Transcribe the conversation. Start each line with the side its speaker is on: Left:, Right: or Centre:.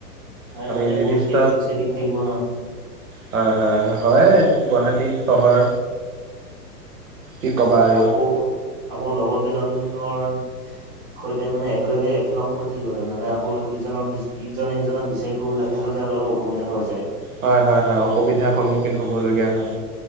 Centre: মানে
Right: আমি
Centre: তাতে
Right: নিৰ্দিষ্ট
Centre: বহুত ট্ৰেফিক চেফিক থাকিব ন।
Right: হয় হয় হয় গুৱাহাটী চহৰ। কি ক'বা আৰু।
Centre: আকৌ আকৌ লগৰ কেইজনৰ সৈতে মানে একেলগে একেলগ হৈ থাকিব লাগিব নহ'লে আকৌ ইজনক সি ইজনে সিজনক বিচাৰি ফুৰিব লগীয়া হ'লেতো অসুবিধা হৈ যায়।
Right: হয় হয় হয় অসুবিধাৰ সন্মুখীন হ'ব লগীয়া হয়।